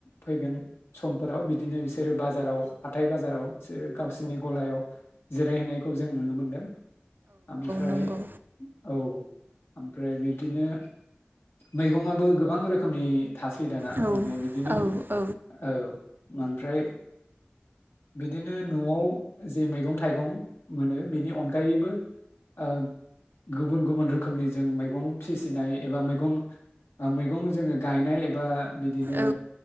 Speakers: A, on the left; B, on the right.
A: फैगोन समफोराव बिदिनो बिसोरो बाजाराव हाथाय बाजाराव सो गावसिनि गलायाव जिरायहैनायखौ जों नुनो मोनदों। आमफ्राय
B: नंगौ
A: औ। आमफ्राय बिदिनो मैगङाबो गोबां रोखोमनि थासै दाना
B: औ
A: माने बिदिनो
B: औ
A: औ। आमफ्राय बिदिनो नवाव जे मैगं थाइगं मोनो बेनि अनगायैबो ओ गुबुन गुबुन रोखोमनि जों मैगं फिसिनाय एबा मै गं ओ मैगं जोङो गायनाय एबा गु बिदिनो
B: औ